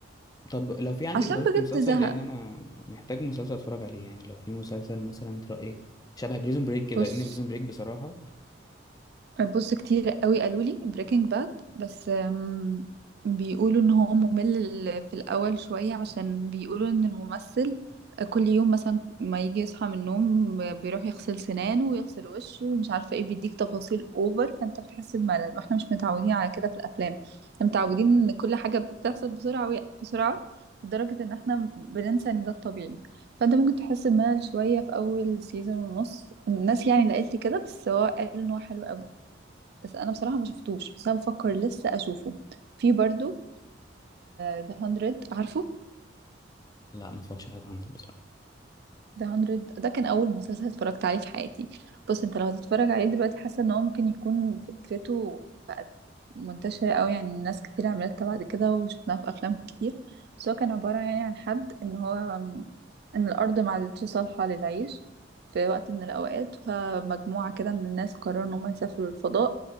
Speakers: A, on the left; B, on the right.
A: طب لو في عندك
B: عشان
A: برضه
B: بجد
A: مسلسل
B: زهق
A: لان انا محتاج مسلسل اتفرج عليه يعني لو في مسلسل مثلا انت رايك شبه بريزون بريك كده
B: بص
A: لان بريزون بريك بصراحه
B: بص كتير قوي قالوا لي بريكنج باد بس أم، بيقولوا ان هو ممل ال- في الاول شوية عشان بيقولوا ان الممثل كل يوم مثلا ما يجي يصحى من النوم بيروح يغسل سنانه ويغسل وشه ومش عارفة ايه بيديك تفاصيل اوفر فانت بتحس بملل واحنا مش متعودين على كده في الافلام احنا متعودين ان كل حاجة بتحصل بسرعة وي- بسرعة لدرجة ان احنا بننسى ان ده الطبيعي فانت ممكن تحس بملل شوية في اول سيزون ونص الناس يعني اللي قالت لي كده بس هو قال ان هو حلو بس انا بصراحه ما شفتوش بس انا بفكر لسه اشوفه في برضو ذا 100 عارفه
A: لا ما اتفرجش على هانتر بصراحه
B: ده 100 ده كان اول مسلسل اتفرجت عليه في حياتي بص انت لو هتتفرج عليه دلوقتي حاسه ان هو ممكن يكون فكرته بقت منتشره قوي يعني ناس كتير عملتها بعد كده وشفناها في افلام كتير بس هو كان عباره يعني عن حد ان هو ان الارض ما عادتش صالحه للعيش في وقت من الاوقات فمجموعه كده من الناس قرروا ان هم يسافروا للفضاء